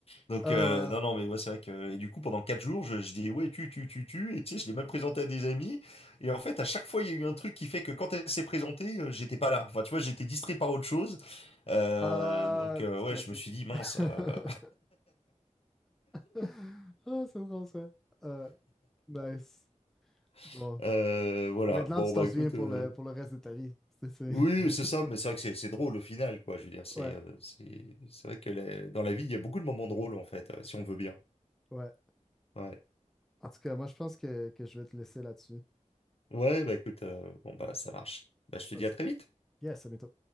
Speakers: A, on the left (about 50°); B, in the centre.
A: Donc
B: Ah,
A: euh, non
B: ah,
A: non mais ouais c'est vrai que et du coup pendant quatre jours je, je dis ouais tu tu tu tu et tu sais je l'ai même présenté à des amis et en fait à chaque fois il y a eu un truc qui fait que quand elle s'est présentée euh, j'étais pas là enfin tu vois j'étais distrait par autre chose Euh,
B: ah,
A: donc euh, ouais
B: classique.
A: je me suis dit mince
B: <laughs>
A: euh,
B: Ah, c'est drôle ça. Ah, nice. Bon.
A: <laughs> euh, voilà
B: Et maintenant,
A: bon
B: tu t'en
A: bah écoute
B: souviens pour
A: euh,
B: le, pour le reste de ta vie. C'est, c'est-
A: oui
B: <laughs>
A: c'est ça mais c'est vrai que c'est c'est drôle au final quoi je veux dire c'est
B: Ouais,
A: euh, c'est c'est vrai que la- dans la vie il y a beaucoup de moments drôles en fait euh, si on le veut bien
B: ouais.
A: ouais
B: En tout cas, moi, je pense que, que je vais te laisser là-dessus.
A: ouais bah écoute euh, bon bah ça marche bah je
B: Je
A: te
B: pense.
A: dis à très vite
B: Yes, ça m'étonne.